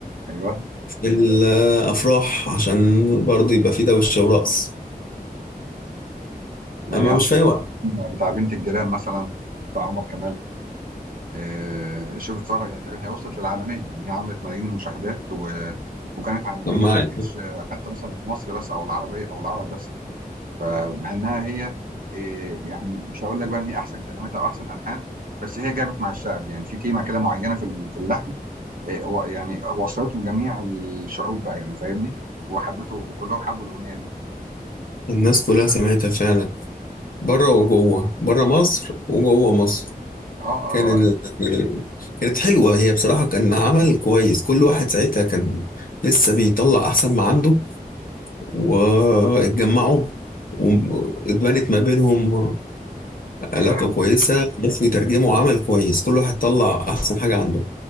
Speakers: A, on the right (about 65°); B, on the left (about 60°).
A: ايوه
B: في الافراح عشان برضه يبقى في دوشه ورقص
A: يعني
B: اما مش في اي وقت
A: اظن بتاع بنت الجيران مثلا بتاع عمر كمال آه شوف اتفرج يعني تقريبا هي وصلت للعالميه يعني هي عملت ملايين المشاهدات و... وكانت عالميه
B: سماعة
A: ما كانتش آه، حتى مثلا في مصر بس او العربيه او العرب بس فمع انها هي إيه، يعني مش هقول لك بقى ان هي احسن كلمات او احسن الحان بس هي جابت مع الشعب يعني في تيمه كده معينه في ال- في اللحن إيه، و- يعني وصلته لجميع الشعوب بقى يعني فاهمني وحبته وكلهم حبوا الاغنيه دي
B: الناس كلها سمعتها فعلا بره وجوه بره مصر وجوه مصر
A: اه
B: كان
A: اه آه،
B: ال...
A: يعني
B: كانت حلوة هي بصراحة كان عمل كويس كل واحد ساعتها كان لسه بيطلع أحسن ما عنده واتجمعوا واتبنت ما بينهم علاقة
A: هي حب...
B: كويسة بس يترجموا عمل كويس كل واحد طلع أحسن حاجة عنده